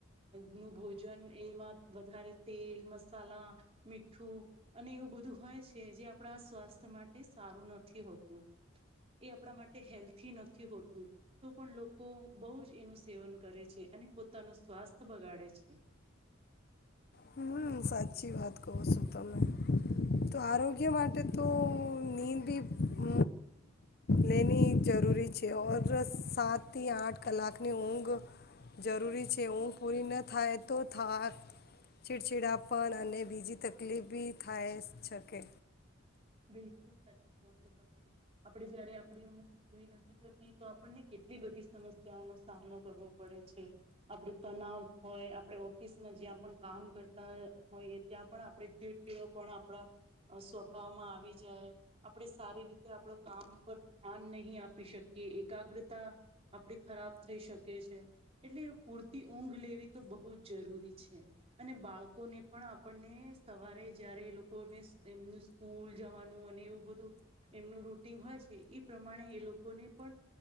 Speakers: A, on the right; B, on the left.
A: નું અ ભોજન એમાં વધારે તેલ મસાલા મીઠું અને એવું બધું હોય છે જે આપણા સ્વાસ્થ્ય માટે સારું નથી હોતું એ આપણા માટે હેલ્થી નથી હોતું તો પણ લોકો બહુ જ એનું સેવન કરે છે અને પોતાનું સ્વાસ્થ્ય બગાડે છે.
B: હમ સાચી વાત કહો સો તમે તો આરોગ્ય માટે તો નીંદ બી હ લેની જરૂરી છે ઓર સાત થી આઠ કલાકની ઊંઘ જરૂરી છે ઊંઘ પૂરી ના થાય તો થા છીડછીડા પન અને બીજી તકલીફ બી થાય શકે.
A: બિલકુલ સાચું કો છો તમે આપડે જયારે આપડી ઊઘ પૂરી નથી થતી તો આપણને કેટલી બધી સમસ્યાઓનો સામનો કરવો પડે છે આપડે તનાવ હોય આપણે ઓફિસમાં જ્યાં પણ કામ કરતા હોઈએ ત્યાં પણ આપણે ચીડચીડો પણ આપણા સ્વભાવમાં આ વી જાય આપણે સારી રીતે આપ કામ પર ધ્યાન નહી આપી શકીએ એકાગ્રતા આપણી ખરાબ થઈ શકે છે એટલે પૂરતી ઊંઘ લેવી તો બહુ જ જરૂરી છે અને બાળકોને પણ આપણને સવારે જયારે એ લોકોને એમનું સ્કૂલ જવાનું અને એવું બધું એમનું રૂટીન હોય છે એ પ્રમાણે એ લોકોને પણ